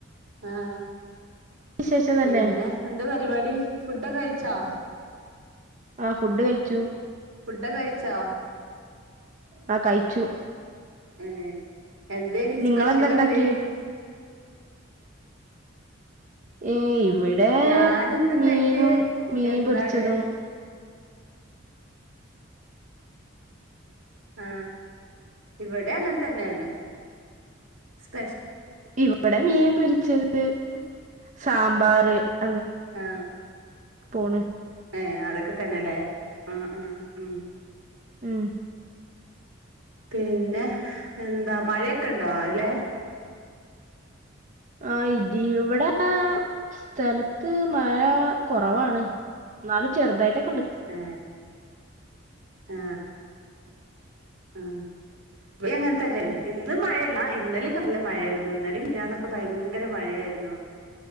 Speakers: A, on the right; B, on the right.
A: ആ
B: വിശേഷം തന്നെ
A: പിന്നെ എന്താ പരിപാടി ഫുഡൊക്കെ കഴിച്ചോ
B: ആ ഫുഡ് കഴിച്ചു
A: ഫുഡ് ക്കെ കഴിച്ചോ
B: ആ കഴിച്ചു
A: ഏ എന്തേനി സ്പെഷ്യൽ
B: നിങ്ങളെന്താ ഉണ്ടാക്കിയേ
A: എന്തേ നി <inaudible>
B: ഇ ഇവിടെ
A: ഞാന് ഇന്നുണ്ടാക്കിയെ
B: മീനും മീൻ
A: എന്താണ്
B: പൊരിച്ചതും
A: ആ ഇവിടെ അങ്ങനെ തന്നെയാണ് സ്പ
B: ഇവിടെ മീൻ പൊരിച്ചത് സാമ്പാർ <unintelligible>
A: ആ
B: പോണ്
A: ഏ അതൊക്കെ തന്നെല്ലേ ആ ആ ഉം
B: ഉം
A: പിന്നെ എന്താ മഴയൊക്കെ ഉണ്ടോ അതിലേ?
B: ആ ഇതി ഇവിടെക സ്ഥലത്ത് മഴ കൊറവാണ് ന്നാലും ചെറുതായിട്ട്
A: ഏ ആ ആ ഇവിടെ അങ്ങനെ തന്നെ ഇന്ന് മഴല്ല ഇന്നലെക്കെ നല്ല മഴയായിരുന്നു ഇന്നലെ മിനിഞ്ഞാന്നും ഒക്കെ ഭയങ്കര മഴയായിരുന്നു